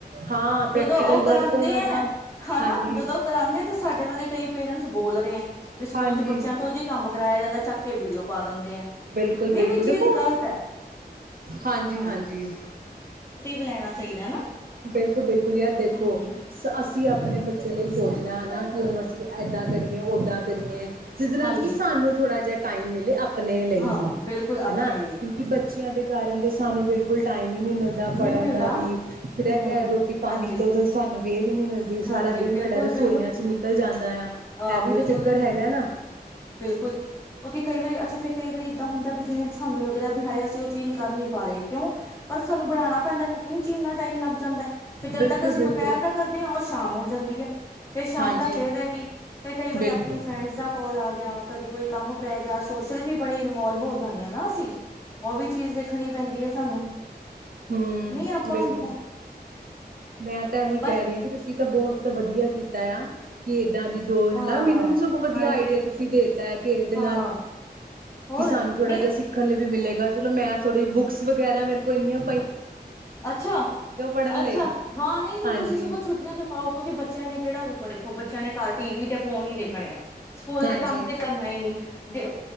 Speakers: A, on the right (about 60°); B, on the left (about 15°).
A: ਹਾਂ
B: ਜਦੋਂ
A: ਪ੍ਰੈਕਟੀਕਲ
B: ਉਹ
A: ਵਰਕ
B: ਕਰਾਦੇ
A: ਉਹਨਾਂ
B: ਹੈ
A: ਦਾ
B: ਹਨਾ
A: ਹਾਂਜੀ
B: ਜਦੋਂ ਉਹ ਕਰਾਦੇ ਆ ਤਾਂ ਸਾਡੇ ਵਰਗੇ ਕਈ ਪੇਰੈਂਟਸ ਬੋਲ ਰਹੇ ਹੈ। ਵੀ ਸਕੂਲ
A: ਹਾਂਜੀ
B: ਚ ਬੱਚਿਆਂ ਤੋਂ ਜੇ ਕੰਮ ਕਰਇਆ ਜਾਂਦਾ ਚ ਕੇ ਵੀਡੀਓ ਪਾ ਦਿੰਦੇ ਆ
A: ਬਿਲਕੁਲ
B: ਇਹ
A: ਬਿਲਕੁਲ
B: ਵੀ ਚੀਜ਼
A: ਦੇਖੋ
B: ਗਲਤ ਹੈ
A: ਹਾਂਜੀ
B: ਹਾਂ।
A: ਹਾਂਜੀ
B: ਲੈਣਾ ਚਾਹੀਦਾ ਨਾ।
A: ਬਿਲਕੁਲ-ਬਿਲਕੁਲ ਯਾਰ ਦੇਖੋ,
B: ਹੂੰ,
A: ਅਸੀਂ ਆਪਣੇ ਬੱਚੇ ਲਈ ਸੋਚਦੇ ਹਾਂ ਹਨਾ, ਕਿ ਉਹਨੂੰ ਅਸੀਂ ਏਦਾਂ ਕਰੀਏ ਓਦਾਂ ਕਰੀਏ, ਜਿਹਦੇ
B: ਹਾਂਜੀ-ਹਾਂਜੀ
A: ਨਾਲ ਕਿ ਸਾਨੂੰ ਥੋੜ ਥੋੜਾ ਜਿਹਾ ਟਾਈਮ ਮਿਲੇ ਆਪਾਂ ਆਪਨੇ ਲਈ
B: ਹਾਂ
A: ਵੀ
B: ਬਿਲਕੁਲ ਆਪਣੇ
A: ਹਨਾ,
B: ਲਈ
A: ਕਿਉਂਕਿ ਬੱਚਿਆਂ ਦੇ ਕਾਰਨ ਦੇ, ਸਾਨੂੰ ਬਿਲਕੁਲ ਠੀ ਟਾਈਮ ਹੀ ਨਹੀਂ ਮਿਲਦਾ
B: ਵੀ
A: ਪੜ੍ਹਨ,
B: ਨੀ ਮਿਲਦਾ
A: ਦਾ ਵੀ ਰਹਿ
B: ਹੂੰ,
A: ਕੇ ਰੋਟੀ ਪਾਣੀ
B: ਹਾਂਜੀ,
A: ਤੇ ਉਦੋਂ ਸਾਨੂੰ ਨੀ ਮਿਲਦੀ
B: ਹਾਂਜੀ,
A: ਸਾਰਾ ਦਿਨ
B: ਬਿਲਕੁਲ,
A: ਸਾਡਾ ਰਸੋਈਆਂ
B: ਬਿਲਕੁਲ
A: ਚ ਨਿਕਲ ਜਾਂਦਾ ਆ,
B: ਹਾਂ,
A: ਇਹ ਵੀ
B: ਬਿਲਕੁਲ,
A: ਤਾਂ ਚੱਕਰ ਹੈਗਾ ਨਾ।
B: ਬਿਲਕੁਲ ਕਿਉਂਕਿ ਕਈ ਵਾਰੀ ਅੱਛਾ ਫੇਰ ਕਈ ਵਾਰੀ ਏਦਾਂ ਹੁੰਦਾ ਵੀ ਜਿਵੇਂ ਸਾਨੂੰ ਲੱਗਦਾ ਵੀ ਹੈ, ਹੈਏ ਅਸੀਂ ਉਹ ਚੀਜ਼ ਕਰ ਨੀ ਪਾ ਰਹੇ, ਕਿਉਂ ਪਰ ਸਾਨੂੰ ਬਣਾਣਾ ਪੈਂਦਾ ਕੁਕਿੰਗ ਚ ਇੰਨਾ ਟਾਈਮ ਲੱਗ ਜਾਂਦਾ, ਫ਼ਿਰ ਜਦ
A: ਬਿਲਕੁਲ-ਬਿਲਕੁਲ
B: ਤੱਕ ਅਸੀਂ ਦੁਪਹਿਰ ਦਾ ਕਰਦੇ ਹਾਂ ਉਹ ਸ਼ਾਮ ਹੋ। ਜਾਂਦੀ ਹੈ। ਫੇਰ ਸ਼ਾਮ
A: ਹਾਂਜੀ
B: ਦਾ ਫੇਰ ਰੇਡੀ ਫੇਰ ਕਈ ਵਾਰੀ
A: ਬਿਲਕੁਲ
B: ਆਪਣੀ ਫਰੈਂਡਸ ਦਾ ਕੋਲ ਆ ਕਦੇ ਕੋਈ ਕੰਮ ਪੈ ਗਿਆ। ਸੋਸ਼ਲ ਵੀ ਬੜੇ ਇਨਵੋਲਵ ਹੋ ਜਾਂਦੇ। ਨਾ ਅਸੀਂ ਉਹ ਵੀ ਚੀਜ਼ ਦੇਖਣੀ ਪੈਂਦੀ ਹੈ ਸਾਨੂੰ
A: ਹੂੰ,
B: ਨਹੀਂ ਆਪਾਂ
A: ਬਿਲਕੁਲ
B: ਹੂੰ
A: ਮੈਂ ਤਾਂ ਇਹੀ
B: ਬਚ
A: ਕਹਿ ਰਹੀ ਹਾਂ ਕਿ ਤੁਸੀਂ ਤਾਂ ਬਹੁ ਤ ਵਧੀਆ ਕੀਤਾ। ਕੀਤਾ ਆ ਕਿ, ਏਦਾਂ ਦੀ ਜੋ
B: ਹਾਂ
A: ਹਨਾ ਮੈਨੂੰ ਵੀ ਸਗੋ ਵਧੀਆ
B: ਹਾਂਜੀ
A: ਆਈਡੀਆ ਤੁਸੀਂ ਦੇਤਾ ਹੈ, ਕਿ ਇਹਦੇ
B: ਹਾਂ
A: ਨਾਲ
B: ਹੋਰ
A: ਕਿ ਸਾਨੂੰ ਥੋੜਾ
B: ਨਹੀਂ
A: ਜਿਹਾ ਸਿਖਣ ਲਈ, ਮਿਲੇ। ਚਲੋ, ਮੈਂ ਥੋੜ੍ਹੀ ਬੁੱਕਸ ਵਗੈਰਾ ਮੇਰੇ ਕੋਲ ਇਨੀਆਂ
B: ਅੱਛਾ-ਅੱਛਾ
A: ਪੜ੍ਹਨ ਲਈ
B: ਹਾਂ ਨਹੀਂ-ਨਹੀਂ,
A: ਹਾਂਜੀ
B: ਤੁਸੀਂ ਸਗੋਂ ਛੁੱਟੀਆਂ ਚ ਪਾਓ ਕਿਉਂਕਿ ਬੱਚਿਆਂ ਨੇ ਕਿਹੜਾ ਰੁਕਣ ਦੇਖੋ ਬੱਚਿਆਂ ਨੇ ਘਰ ਟੀ ਵੀ ਤੇ, ਫੋਨ ਹੀ ਦੇਖਣੇ ਆ। ਸਕੂਲ
A: ਹਾਂਜੀ
B: ਦੇ ਕੰਮ ਤੇ ਕਰਨਾ ਹੀ ਨੀ ਦੇ